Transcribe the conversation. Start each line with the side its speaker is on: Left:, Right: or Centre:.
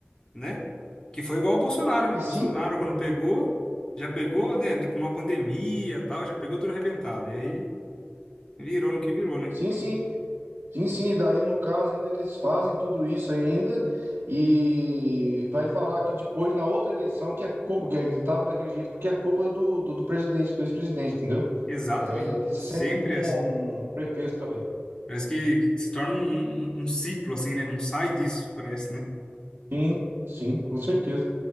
Left: né? Que foi igual o Bolsonaro, né?
Right: E
Left: O
Right: sim,
Left: Bolsonaro quando pegou, já pegou, né, tipo numa pandemia, tal, já pegou tudo arrebentado. E aí virou no que virou, né?
Right: sim, sim. Sim, sim, daí no caso ainda eles fazem tudo isso ainda e vai falar que depois na outra eleição que a culpa que estava daquele jeito porque é culpa do, do, do presidente, do ex-presidente, entendeu?
Left: Exatamente.
Right: É, eles sempre
Left: Sempre
Right: arrumam
Left: é assim.
Right: um um pretexto ali.
Left: Parece que que se torna um, um, um um ciclo, assim, né? Não sai disso, parece, né?
Right: Sim, sim, com certeza.